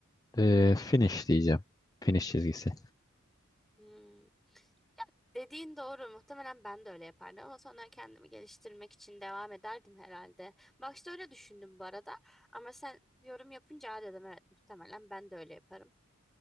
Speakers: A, on the left; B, in the centre.
A: e, finish diyeceğim. Finish çizgisi.
B: Hmm. Dediğin doğru. Muhtemelen ben de öyle yapardım ama sonra kendimi geliştirmek için devam ederdim herhalde. Başta öyle düşündüm bu arada ama sen yorum yapınca "Aa," dedim evet muhtemelen ben de öyle yaparım.